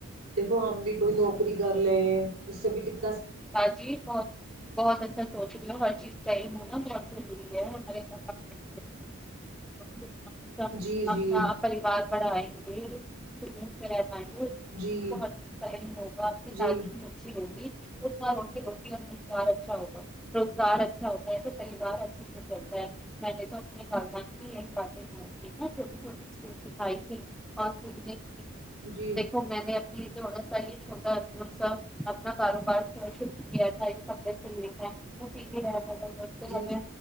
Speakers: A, on the right; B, in the centre.
A: دیکھو ہم بھی کوئی نوکری کر لیں اس سے بھی کتنے
B: ہا جی بہت بہت اچھا سوچ رہے ہو ہر چیز چاہیم ہونا بہت ضروری ہے <inaudible> ارے س <inaudible>
A: جی جی
B: اپنا پریوار بڑھائیں گے <inaudible> ج <inaudible>
A: جی
B: ٹائم ہوگا آپ کی
A: جی
B: تعلیم بھی اچھی ہوگی اس رو روٹی اور مار اچھا ہوگا روزگار اچھا ہوتا ہے تو پریوار اچھے سے چلتا ہے میں نے تو اپنے والدات کی باتیں نا چھوٹی چھوٹی اسکول سکھائی تھی اورنے <unintelligible>
A: جی
B: دیکھو میں نے اپنی تھوڑا سا ہی چھوٹا سا اپنا کاروبار <unintelligible> شروع کیا تھا یہ کپڑے سلنے کا وہ سیدھے رہ
A: جی